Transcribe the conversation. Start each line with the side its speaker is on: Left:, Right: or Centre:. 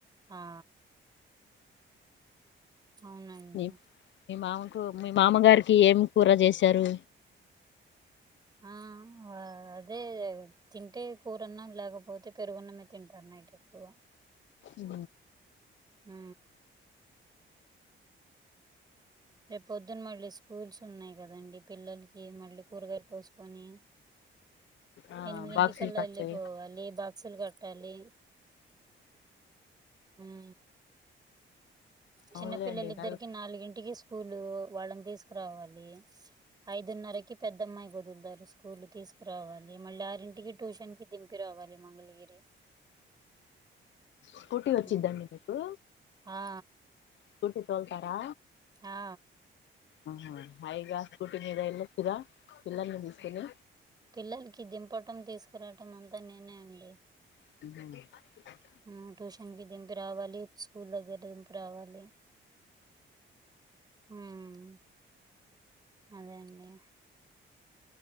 Right: ఆ అవునండి
Left: మీ మీ మావకు మీ మామగారికి ఏం కూర చేసారు
Right: ఆ అదే తింటే కూరన్నాం లేకపోతే పెరుగన్నమే తింటాడు నైట్ ఎక్కువ
Left: ఉ
Right: ఆ రేపు పొద్దున మళ్ళీ స్కూల్స్ ఉన్నాయి కదండి పిల్లలకి మళ్ళీ కూరగాయ కోసుకొని
Left: ఆ
Right: ఎనిమిదింటికల్లా
Left: బాక్సులు కట్టే
Right: ఏళ్ళి పోవాలి బాక్సులు కట్టాలి ఉ చిన్న
Left: అవునులేండి
Right: పిల్లలిద్దరికి
Left: నల్
Right: నాలుగింటికి స్కూలు వాళ్ళని తీసుక రావాలి ఐదున్నరకి పెద్దమ్మాయి వదులుతరు స్కూల్ తీసుకురావాలి మళ్ళీ ఆరింటికి ట్యూషన్ కి దింపి రావాలి మంగళగిరి
Left: స్కూటీ
Right: హ్మ్.
Left: వచ్చిద్దండి మీకు
Right: ఆ
Left: స్కూటీ తోల్తారా
Right: ఆ
Left: అహ హయిగా స్కూటీ మీద ఎళ్లొచ్చుగా పిల్లల్ని తీస్కొని
Right: పిల్లలకి దింపటం తీసుకురాటం అంతా నేనే అండి
Left: ఆ
Right: ఉమ్ ట్యూషన్ కి దింపి రావాలి స్కూల్ దగ్గర దింపి రావాలి ఉమ్ అదే అండి